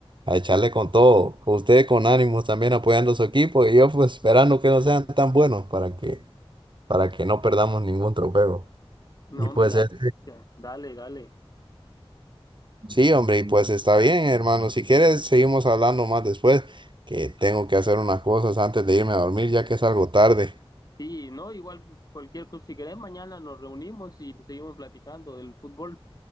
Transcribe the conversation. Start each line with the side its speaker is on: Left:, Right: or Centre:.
Right: a echarle con todo. Usted con ánimos también apoyando a su equipo y yo pues esperando que no sean tan buenos para que, para que no perdamos ningún trofeo.
Left: No,
Right: Y pues
Left: hombre, dale,
Right: este,
Left: ya, dale, dale.
Right: Sí, hombre, y pues está bien, hermano. Si quieres, seguimos hablando más después, que tengo que hacer unas cosas antes de irme a dormir, ya que es algo tarde.
Left: Sí, no, igual cualquier cosa, si querés, mañana nos reunimos y seguimos platicando del fútbol.